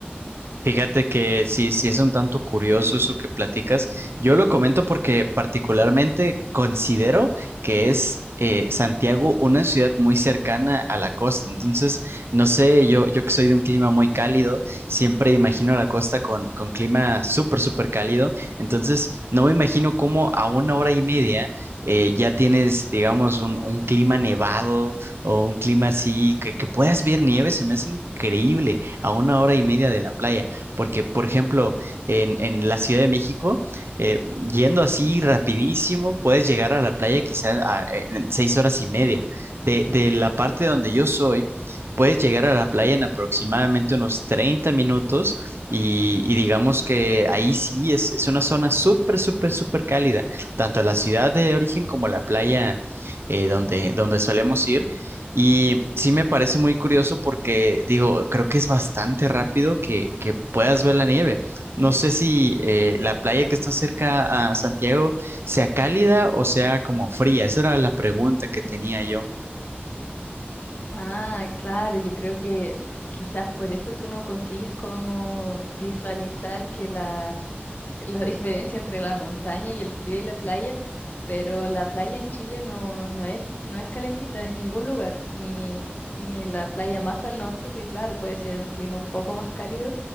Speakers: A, on the right; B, on the left.
A: Fíjate que sí, sí es un tanto curioso eso que platicas. Yo lo comento porque particularmente considero que es eh, Santiago una ciudad muy cercana a la costa. Entonces, no sé, yo, yo que soy de un clima muy cálido, siempre imagino a la costa con, con clima súper, súper cálido. Entonces, no me imagino cómo a una hora y media eh, ya tienes, digamos, un, un clima nevado o un clima así, que, que puedas ver nieve, se me hace increíble a una hora y media de la playa. Porque, por ejemplo, en, en la Ciudad de México, eh, yendo así rapidísimo, puedes llegar a la playa quizás a- en seis horas y media. De, de la parte donde yo soy, puedes llegar a la playa en aproximadamente unos 30 minutos y, y digamos que ahí sí es, es una zona súper, súper, súper cálida. Tanto la ciudad de origen como la playa eh, donde, donde solemos ir y sí me parece muy curioso porque, digo, creo que es bastante rápido que, que puedas ver la nieve. No sé si eh, la playa que está cerca a Santiago sea cálida o sea como fría. Esa era la pregunta que tenía yo.
B: Ah, claro, yo creo que quizás por eso tú no consigues como visualizar que la, la diferencia entre la montaña y el frío y la playa, pero la playa en Chile no, no es, no es calentita en ningún lugar, ni, ni en la playa más al norte, que claro, puede ser un clima un poco más cálido,